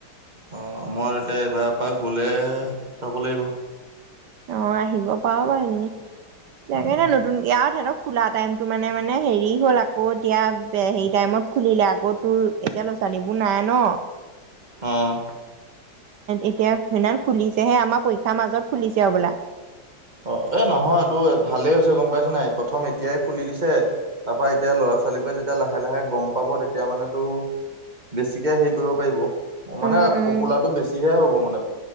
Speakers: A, on the right; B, on the right.
A: অ মই এতিয়া এইবাৰ পৰা গলে যাব লাগিব।
B: অ আহিব পাৰ বাৰু হেণেকে, লাগে
A: উম
B: ন নতুনকে আউ তেহেটক, খোলা টাইমতটো মানে মানে হেৰি হ'ল আকৌ এতিয়া হেৰি টাইমত খুলিলে আকৌ তোৰ, এতিয়া ল'ৰা ছোৱালীবোৰ নাই ন,
A: অঁ
B: এতিয়া সেইনা খুলিছেহে আমাৰ পৰীক্ষাৰ মাজত খুলিছে হবলা,
A: অ এ নহয় তো ভালেই হৈছে গম পাইছ নাই প্ৰথম এতিয়াই খুলি দিছে, তাৰ পৰা এতিয়া ল'ৰা ছোৱালীবোৰে যেতিয়া লাহে লাহে গম পাব তেতিয়া মানে তো, বেছিকে হেৰি কৰিব পাৰিব। অ মানে
B: উম উম
A: পপুলাৰটো বেছিহে হ'ব মানে